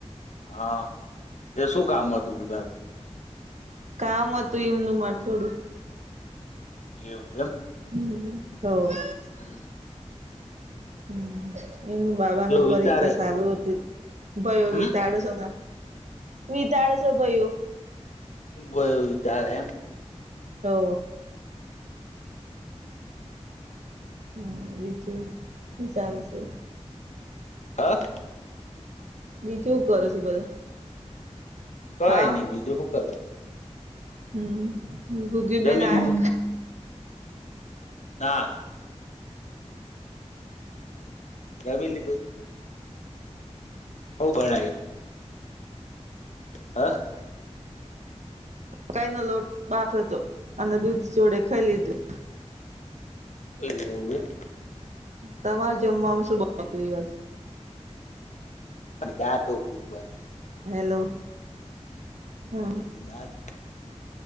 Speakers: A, on the left; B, on the right.
A: હા એ શું કામ હતું તું ભા
B: કામ હતું એમનું માર થોડું
A: એવું એમ
B: હમ્મ હો
A: હમ્મ
B: હમ્મ એમનું બાબાના
A: વિચારે
B: પરીક્ષા ચાલુ હતી ભયોવી
A: હમ
B: તાડે શોના વિ તાડસ ભયુ
A: બ વિચારે એમ
B: હો હા બીજું હું ચાલશે
A: હા
B: બીજું કરો છો બધા
A: કઈ
B: હા
A: નઈ બીજું હું કરો
B: હમ ગુગીબેન
A: જમી
B: આયા
A: લીધું ના જમી લીધું હું બણાય હ
B: કઈ ન લોટ બાફ્યો હતો અને દૂધ જોડે ખય લીધું
A: એમ
B: તમાર જમવાવામાં શું બના એ તુ આજ
A: દાળઢોકળી બનાઈ
B: હેલો હા
A: નોકરી દાળ